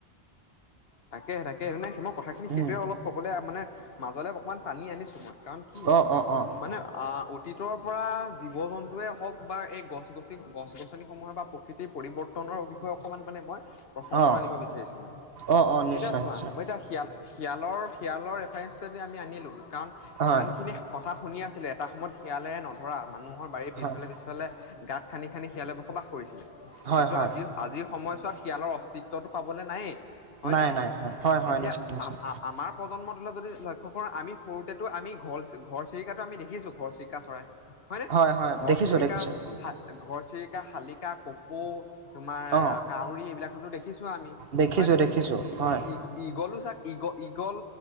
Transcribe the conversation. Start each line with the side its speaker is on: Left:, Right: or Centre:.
Left: তাকেহে তাকেহে। মানে মই কথাখিনি সেইটোৱে
Right: উম
Left: অলপ ক'বলে মানে মাজলে অকমান টানি আনিছো মই কাৰণ কি?
Right: অ অ অ
Left: মানে আ অ অতীতৰ পৰা জীৱ-জন্তুৱেই হওঁক বা এই গছ-গছি গছ-গছনিসমূহে বা প্ৰকৃতিৰ পৰিৱৰ্তনৰ বিষয়ে অকমান মানে মই প্ৰসংগটো
Right: অ
Left: আনিব বিচাৰিছো মানে।
Right: অ অ নিশ্চয়
Left: এতিয়া চোৱা
Right: নিশ্চয়
Left: মই এতিয়া শিয়াল শিয়ালৰ শিয়ালৰ ৰেফাৰেঞ্চটোৱেদি আমি আনিলো কাৰণ
Right: হয়
Left: ইমানখিনি কথা শুনি আছিলো। এটা সময়ত শিয়ালেৰে নধৰা মানুহৰ বাৰীৰ পিছফালে
Right: হয়
Left: পিছ ফালে গাঁত খান্দি খান্দি শিয়ালে বসবাস কৰিছিলে।
Right: হয়
Left: কিন্তু
Right: হয়
Left: আজিৰ আজিৰ সময়ছোৱাত শিয়ালৰ অস্তিত্বটো পাবলে নায়েই হয়নে?
Right: নাই নাই হয় হয় হয়
Left: এতিয়া
Right: নিশ্চয় নিশ্চয়
Left: আমাৰ প্ৰজন্মটোলৈ যদি লক্ষ্য কৰো আমি সৰুতেটো আমি ঘৰ ঘৰচিৰিকাটো আমি দেখিছো ঘৰচিৰিকা চৰাই। হয়নে?
Right: হয় হয়
Left: ঘৰচিৰিকা,
Right: দেখিছো দেখিছো
Left: হাত ঘৰচিৰিকা, শালিকা, কপৌ তোমাৰ
Right: অ
Left: কাউৰী এইবিলাকটোটো দেখিছো ছো আমি।
Right: দেখিছো
Left: হয়নে?
Right: দেখিছো হয়
Left: ঈগ ঈগলো চাগ ঈগ ঈগল